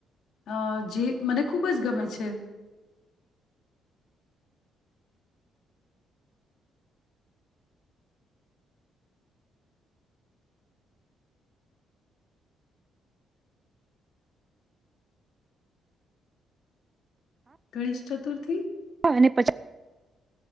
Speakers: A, on the left; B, on the right.
A: અ જે મને ખૂબ જ ગમે છે. ગણેશ ચતુર્થી
B: હા અને પછી